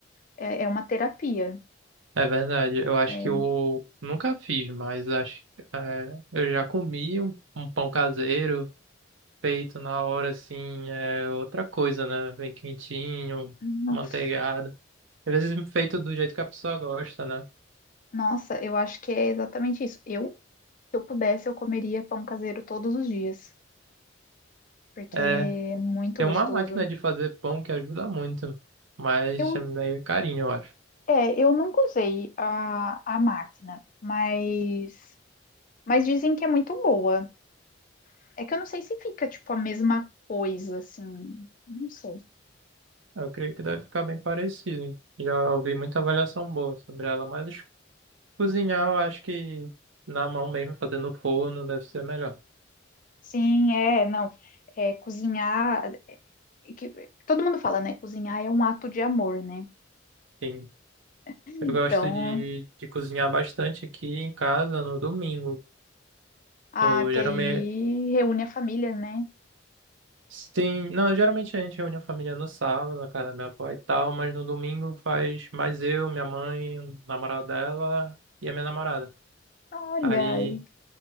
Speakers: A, on the left; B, on the right.
A: É, é uma terapia.
B: é verdade. Eu acho
A: É,
B: que eu nunca fiz, mas acho, é, eu já comi um, um pão caseiro. feito na hora, assim, é outra coisa, né? Vem quentinho,
A: nossa,
B: manteigado. Às vezes feito do jeito que a pessoa gosta, né?
A: nossa, eu acho que é exatamente isso. Eu, se eu pudesse, eu comeria pão caseiro todos os dias, porque
B: É,
A: é muito
B: tem
A: gostoso.
B: uma máquina de fazer pão que ajuda muito, mas
A: Eu,
B: é meio carinho, eu acho.
A: é, eu nunca usei a, a máquina, mas, mas dizem que é muito boa. É que eu não sei se fica, tipo, a mesma coisa, assim. Não sei.
B: Eu creio que deve ficar bem parecido. Já ouvi muita avaliação boa sobre ela, mas cozinhar eu acho que na mão mesmo, fazendo no forno, deve ser melhor.
A: Sim, é, não. É, cozinhar. é é que- todo mundo fala, né? Cozinhar é um ato de amor, né?
B: Sim.
A: Então,
B: Eu gosto de, de cozinhar bastante aqui em casa no domingo.
A: ah,
B: Eu geralme-
A: que aí reúne a família, né?
B: Sim, não, geralmente a gente reúne a família no sábado, na casa da minha avó e tal, mas no domingo faz mais eu, minha mãe, o namorado dela e a minha namorada.
A: Olha,
B: Aí,
A: e,